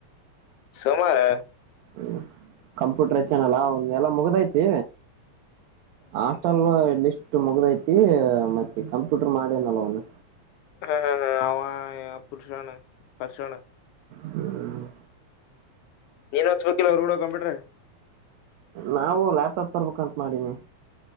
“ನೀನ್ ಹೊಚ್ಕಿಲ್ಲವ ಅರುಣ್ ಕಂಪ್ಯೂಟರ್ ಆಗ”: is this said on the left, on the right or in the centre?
Left